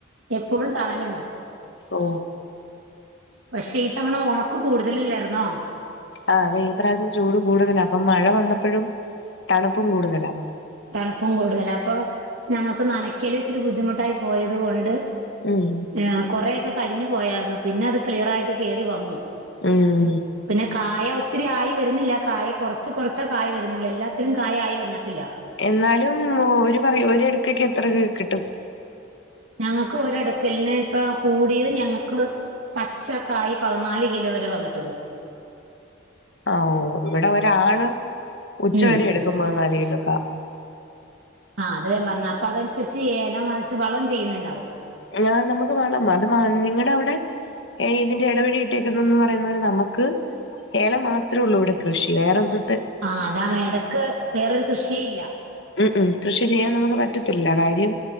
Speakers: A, on the right; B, on the left.
A: എപ്പോഴും തണലുണ്ട്
B: ഓ
A: പക്ഷേ ഈ തവണ ഒണക്ക് കൂടുതലില്ലായിരുന്നോ
B: ആഹ് അതെ ഈ പ്രാവശ്യം ചൂട് കൂടുതലാ അപ്പം മഴ വന്നപ്പഴും തണുപ്പും കൂടുതലാ
A: തണുപ്പും കൂടുതലാ അപ്പോ ഞങ്ങൾക്ക് നനക്കല് ഇച്ചിരി ബുദ്ധിമുട്ടായി പോയത് കൊണ്ട്
B: ഉം
A: ആഹ് കുറെയൊക്കെ കരിഞ്ഞു പോയായിരുന്നു പിന്നെ അത് ക്ലിയറായിട്ട് കേറി വന്നു
B: ഉം
A: പിന്നെ കായ ഒത്തിരി ആയി വരുന്നില്ല കായ കൊറച്ച് കൊറച്ചാ കായ് വരുന്നൊള്ളൂ എല്ലാത്തിലും കായ് ആയി വന്നിട്ടില്ല
B: എന്നാലും ഒരു പറയും ഒരു അടുക്കക്ക് എത്ര <unintelligible> കിട്ടും
A: ഞങ്ങൾക്ക് ഒരടുക്കലിന് ഇപ്പ കൂടിയത് ഞങ്ങൾക്ക് പച്ചക്കായ് പതിനാല് കിലോ വരെ വന്നിട്ടൊള്ളൂ
B: ആഹ് ഒ ഇവിടെ ഒരാള് ഉച്ചവരെ
A: ഉം
B: എട്ക്കും പതിനാല് കിലൊക്കാ
A: ആഹ് അതാ ഞാൻ പറഞ്ഞേ അപ്പ അതനുസരിച്ച് ഏലം <unintelligible> വളം ചെയ്യുന്നുണ്ടാവും
B: ഞാൻ നമ്മുക്ക് വേണം അത് നിങ്ങള അവ്ടെ ഏഹ് ഇതിന്റെ ഇടവഴി ഇട്ടേക്കുന്നുന്ന് പറയുന്ന പോലെ നമ്മുക്ക് ഏലം മാത്രേ ഉള്ളൂ ഇവിടെ കൃഷി വേറെ എന്തൂട്ട്
A: ആഹ് അതാണ് ഇടക്ക് വേറൊരു കൃഷിയേ ഇല്ല
B: <unintelligible> കൃഷി ചെയ്യാൻ നമ്മുക്ക് പറ്റത്തില്ല കാര്യം